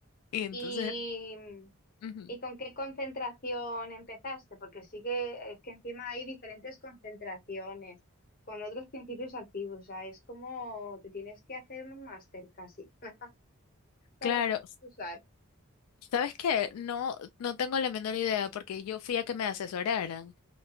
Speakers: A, on the left; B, on the left.
A: Y entonces,
B: ¿Y,
A: ujú.
B: y con qué concentración empezaste? Porque sí que es que encima hay diferentes concentraciones con otros principios activos. O sea, es como te tienes que hacer un máster casi. <laughs> para
A: Claro,
B: saber usar.
A: ¿sabes qué? No, no tengo la menor idea porque yo fui a que me asesoraran.